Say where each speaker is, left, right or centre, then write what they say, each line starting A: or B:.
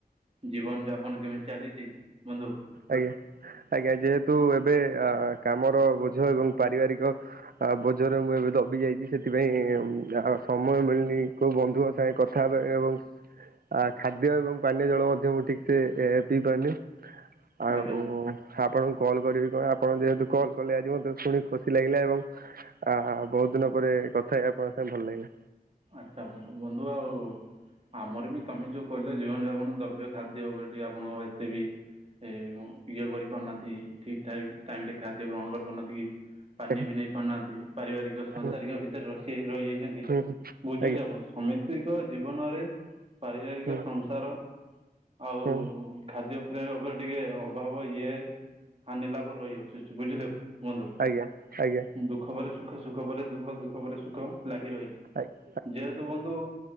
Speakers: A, on the right; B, on the right.
A: ଜୀବନଯାପନ କେମିତି ଚାଲିଚି ବନ୍ଧୁ?
B: ଆଜ୍ଞା, ଆଜ୍ଞା ଯେହେତୁ, ଏବେ ଆ କାମର ବୋଝ ଏବଂ ପାରିବାରିକ ଆ ବୋଝରେ ମୁଁ ଏବେ ଦବି ଯାଇଛି। ସେଥିପାଇଁ ଆ ସମୟ ମିଳିନି କ ବନ୍ଧୁଙ୍କ ସାଙ୍ଗ କଥ ଥା ହେବେ ଏବଂ ଖାଦ୍ୟ ଏବଂ ପାନୀୟ ଜଳ ମଧ୍ୟ ମୁଁ ଠିକ୍ସେ ପିଇପାରୁନି, ଆଉ-ଉ
A: ଆଜ୍ଞା ବନ୍ଧୁ।
B: ଆପଣଙ୍କୁ କଲ୍ କରିବି କଣ, ଆପଣ ଯେହେତୁ କଲ୍ କଲେ ଆଜି ମତେ ଶୁଣି ଖୁସି ଲାଗିଲା ଏବଂ ଆ, ବହୁତ ଦିନ ପରେ କଥା ହେଇ ଆପଣଙ୍କ ସାଙ୍ଗେ ଭଲ ଲାଗିଲା।
A: ଆଚ୍ଛା, ବନ୍ଧୁ ଆଉ ଆମର ବି ତମେ ଯୋଉ କହିଲ ଜୀବନ ଯାପନ ଦ୍ରବ୍ୟ ଖାଦ୍ୟ ଉପରେ ଆପଣ ଏତେ ବି ଏ ଇଏ କରି ପାରୁନାହାନ୍ତି। ଠିକ୍ ଟାଇମ୍ ମ ରେ ଖାଦ୍ୟ ଗ୍ରହଣ କରିପାରୁନାହାନ୍ତି, କି ପାନୀୟ
B: ହୁଁ
A: ବି ନେଇ ପାରୁନାହାଁନ୍ତି ପାରିବାରିକ ସଂସାରିକ
B: ହୁଁ
A: ଭିତରେ ସେ ରହିଯାଇଛନ୍ତି।
B: ହୁଁ ହୁଁ
A: ବୁଝୁଛି
B: ଆଜ୍ଞା
A: ଆପଣ ସମିତିକ ଜୀବନରେ ପାରିବାରିକ
B: ହୁଁ
A: ସଂସାର ଆଉ-ଉ
B: ହୁଁ
A: ଖାଦ୍ୟ ପ୍ରେୟ ଉପରେ ଟିକେ ଅଭାବ ଇଏ ହାନି ଲାଭ ରହି ଆସୁଚି ବୁଝିଲୁ ବନ୍ଧୁ।
B: ଆଜ୍ଞା ଆଜ୍ଞା।
A: ଦୁଃଖ ପରେ ସୁଖ ସୁଖ ପରେ ଦୁଃଖ ଦୁଃଖ ପରେ ସୁଖ ଲାଗି ରହିଚି।
B: ଆଇ
A: ଯେହେତୁ ବନ୍ଧୁ